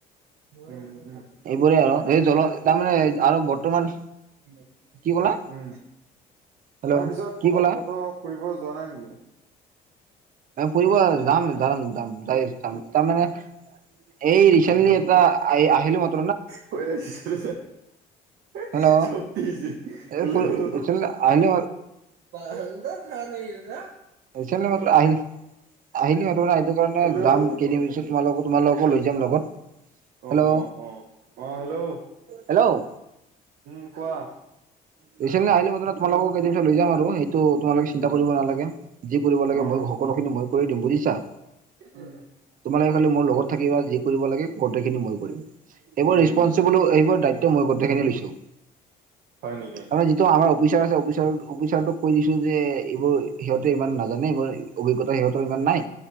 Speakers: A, on the right; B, on the right.
A: উম উম
B: এইবোৰে আৰু এই জল তাৰমানে আৰু বৰ্তমান
A: উম
B: কি ক'লা
A: উম তাৰপিছত
B: হেল্ল' কি
A: ক
B: ক'লা
A: কত ফুৰিব যোৱা নাই নেকি
B: ফুৰিব যাম যাম যাম যাই যাম তাৰমানে এই ৰিচেণ্টলি টা আহি আহিলো মাত্
A: হব দে শুনিছ <unintelligible>
B: হেল্ল' এই আহিলি
A: বাহন্দৰ ৰাণীৰ না
B: হৈছে না নাই আহি আহিলি হব হা সেইটো কাৰণে
A: হেল্ল' হেল্ল'
B: যাম কেইদিন পিছত তোমালোক তোমালোককো লৈ যাম লগত
A: অ
B: হেল্ল'
A: অ অ হেল্ল'
B: হেল্ল'
A: উম কোৱা
B: বেছি দিন নাই আহিলি তোমালোকক কেইদিনত লৈ যাম আৰু সেইটো তোমালোকে চিন্তা
A: উম
B: কৰিব নালাগে যি কৰিব লাগে
A: অ
B: মই সকলোখিনি মই কৰি দিম বুজিছা
A: উম
B: তোমালোকে খালি মোৰ লগত থাকিবা যি কৰিব লাগে গোটেইখিনি মই এইবোৰ
A: উম
B: ৰেচপনচিবলি
A: উম
B: এইবোৰ দায়িত্ব মই গোটেইখিনি লৈছো
A: হয় নিকি
B: আমাৰ যিটো আমাৰ অফিচাৰ আছে অফিচাৰ অফিচাৰটোক কৈ দিছোঁ যে এইবোৰ সিহঁতে ইমান নাজানে এইবাৰ অভিজ্ঞতা সিহঁতৰ ইমান নাই